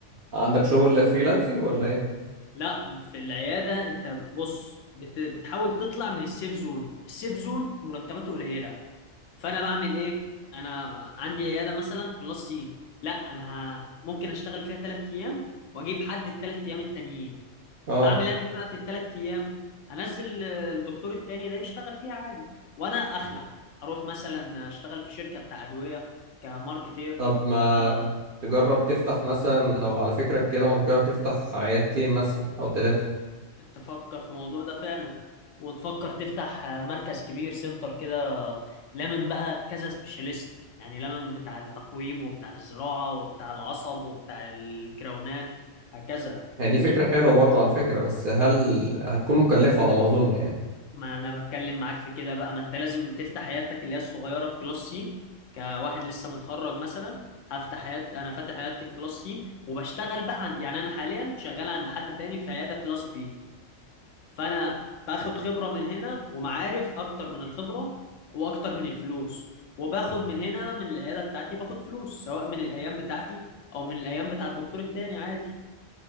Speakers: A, on the right (about 55°); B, on the left (about 70°).
A: عندك شغل فريلانسنج ولا ايه
B: لا في العيادة انت بص بت... بتحاول تطلع من السيف زون السيف زون مرتباته قليلة فانا بعمل ايه انا عندي عيادة مثلا كلاس سي لا انا ه- ممكن اشتغل فيها ثلاث ايام واجيب حد الثلاث ايام التانيين
A: اه
B: اعمل انا ايه بقى في الثلاث ايام هنزل آه، الدكتور التاني ده يشتغل فيها عادي وانا اخلع اروح مثلا اشتغل في شركة بتاع ادوية كماركتير
A: طب ما
B: آه،
A: تجرب تفتح مثلا لو على فكرك كده ما تجرب تفتح عيادتين مثلا او ثلاثة
B: تفكر في الموضوع ده فعلا وتفكر تفتح آه، مركز كبير سنتر كده لمن بقى كذا سبيشاليست يعني لمن بتاع التقويم وبتاع الزراعة وبتاع العصب وبتاع الكراونات هكذا
A: هي
B: فاهمني
A: دي فكرة حلوة برضه على فكرة بس هل هتكون مكلفة على ما اظن يعني
B: ما انا بتكلم معاك في كده بقى ما انت لازم تفتح عيادتك اللي هي الصغيرة الكلاس سي كواحد لسه متخرج مثلا هفتح عيادة انا فاتح عيادة الكلاس سي وبشتغل بقى عن... يعني انا حاليا شغال عند حد تاني في عيادة كلاس بي فانا باخد خبره من هنا ومعارف اكتر من الخبره واكتر من الفلوس وباخد من هنا من العياده بتاعتي باخد فلوس سواء من الايام بتاعتي او من الايام بتاع الدكتور التاني عادي